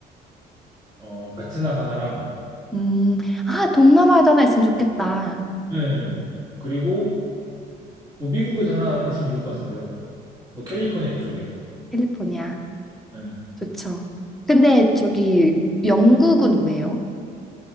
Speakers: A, on the right; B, in the centre.
A: 어, 베트남 하나랑
B: 음, 아 동남아에도 하나 있으면 좋겠다
A: 네, 네. 그리고 뭐 미국에도 하나 있으면 좋을 것 같은데요. 뭐 캘리포니아 이쪽에.
B: 캘리포니아.
A: 네.
B: 좋죠. 근데 저기 영국은 왜요?